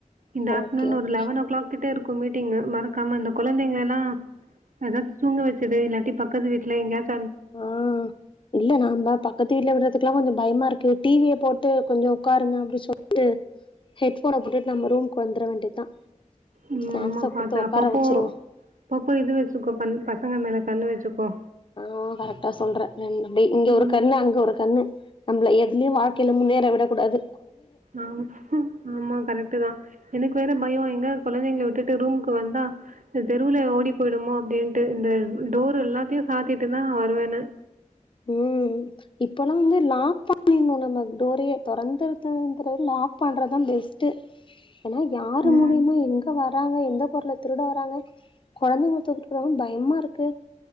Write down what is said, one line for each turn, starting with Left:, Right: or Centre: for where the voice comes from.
Right: இந்த ஆஃப்டநூன்
Left: ஓகே
Right: ஒரு
Left: ஓகே
Right: லெவன் ஓ கிளாக் கிட் ட்டே இருக்கு மீட்டிங்கு மறக்காம இந்த கொழந்தைங்கலெல்லா எதா தூங்க வச்சுடு இல்லாட்டி பக்கத்து வீட்ல எங்காசு
Left: ஆஹ் இல்ல நாம்ப பக்கத்து வீட்ல விடுற துக்கெல்லா கொஞ்சோ பயமா இருக்கு டிவிய போட்டு கொஞ்சோ உட்காருங்க அப்டினு சொல்டு ஹெட்போன போட்டுட்டு நம்ம ரூமுக்கு வந்துர வேண்டியதா
Right: உம்
Left: ஸ்நாக்ஸ
Right: ஆமா
Left: குடுத்து
Right: பாத்த
Left: உட்கார
Right: அப்பப்போ
Left: வச்சிருவோ
Right: அப்பப்போ இது வச்சுக்கோ பண் பசங்க மேல கண்ணு வச்சுக்கோ
Left: ஆ கரெக்டா சொல்ற ரெண் அப்டி இங்க
Right: ம்
Left: ஒரு கண்ணு அங்க ஒரு கண்ணு நம்மள எதுலயு வாழ்க்கைல முன்னேற விடக் கூடாது
Right: ஆம் ஆமா கரக்ட் டுதா எனக்கு வேற பயோ எங்க கொழந்தைகள விட்டுட்டு ரூம்க்கு கு வந்தா ந்த தெருவுல ஓடிப் போய்டுமோ அப்டின்ட்டு இந்த டோர் எல்லாத்தையு சாத்திட்டுதா வருவனே
Left: உம் இப்பல்லா வந்து லாக் பண்ணிரனு நம்ம டோரையே தொறந்துறது லாக் பண்றதுதா பெஸ்ட்டு எனா யாரு
Right: ம்
Left: மூலியமா எங்க வர வராங்க எந்த பொருள திருட வராங்க கொழந்தைங்கள தூக்கிட்டு போறங்க பயமா இருக்கு